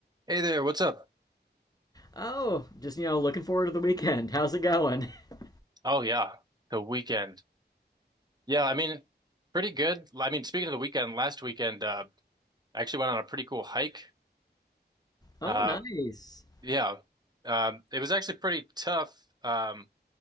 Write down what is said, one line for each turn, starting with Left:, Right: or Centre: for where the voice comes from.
Right: Hey there, what's up?
Left: Oh, just you know, looking forward to the weekend. <laughs> How's it going? <laughs>
Right: Oh yeah, the weekend. Yeah, I mean, pretty good. I mean, speaking of the weekend, last weekend, uh, I actually went on a pretty cool hike. Uh,
Left: Oh, nice.
Right: yeah, um, it was actually pretty tough. Um,